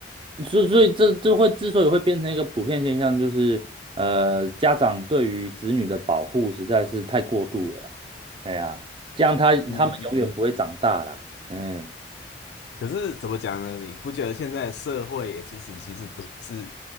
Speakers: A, on the right; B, on the left.
A: 所以所以这这会之所以会变成一个普遍现象，就是呃，家长对于子女的保护实在是太过度了啦。哎呀，这样他他们永远不会长大啦。
B: 嗯嗯嗯
A: 嗯
B: 可是怎么讲呢？你不觉得现在社会也其实其实不是